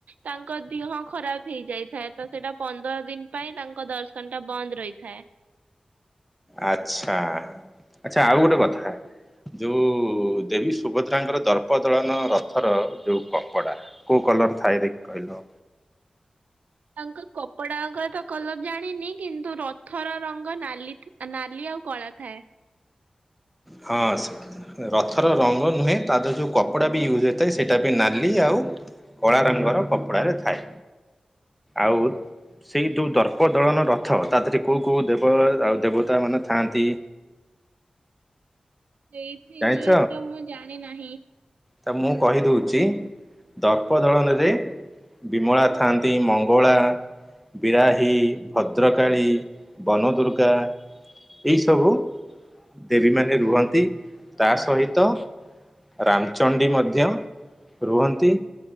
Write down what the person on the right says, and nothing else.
ତାଙ୍କ ଦେିହ ଖରାପ ହେଇଯାଇଥାଏ ତ ସେଇଟା ପନ୍ଦର ଦିନ ପାଇଁ ତାଙ୍କ ଦର୍ଶନ ଟା ବନ୍ଦ ରହିଥାଏ
ତାଙ୍କ କପଡାଙ୍କର ତ କଲର ଜାଣିନି କିନ୍ତୁ ରଥର ରଙ୍ଗ ନାଲି- ନାଲି ଆଉ କଳା ଥାଏ।
ସେଇଥିରେ
ତ ମୁଁ ଜାଣି ନାହିଁ।